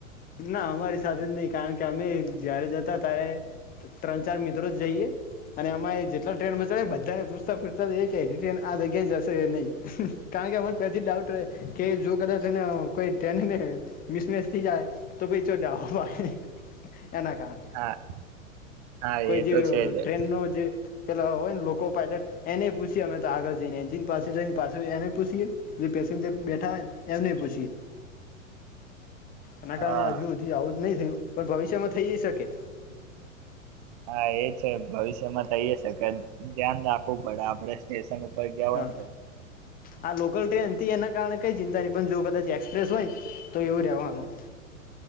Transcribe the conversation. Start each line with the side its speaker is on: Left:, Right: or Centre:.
Left: ના અમારી સાથે જ નહીં કારણ કે અમે જયારે જતા ત્યારે ત્રણ ચાર મિત્રો જ જઈએ અને અમાએ જેટલા ટ્રેન માં ચડે બધાને પૂછતા પૂછતા એ કેહ કે ટ્રેન આ જગ્યાએ જશે યા નહીં કારણ કે અમને પ્રતિ ડાઉટ રેહ કે જો કદાચ એને કોઈ ટ્રેન મિસમેસ થઈ જાય તો પછી ચો જાઓ બાય. એના કારણ
Right: હા હા
Left: કોઈ
Right: એ
Left: જે
Right: તો
Left: અહ
Right: છે જ
Left: ટ્રેનનો જે લા હોય ને લોકો પાયલટ એને પૂછીએ અમે તો આગળ જઈને જીન પાસે જઈ પાછે એને પૂછએ પેસેન્જર બેઠા હોયને એમને પૂછીએ. એના કારણે
Right: હા
Left: હજુ હુધી આવું જ નય થયું પણ ભવિષ્યમાં થઈએ શકે.
Right: હા, એ છે ભવિષ્યમાં થઈએ શકે ધ્યાન રાખ <unintelligible> પડે આપરે સ્ટેશ ઉપર ગયા હોય
Left: હા
Right: ને તો.
Left: આ લોકલ ટ્રેન હતી એના કારણે કઈ ચિંતા નય પણ જો કદાચ એક્સપ્રેસ હોયને તો એવું રેવાનું.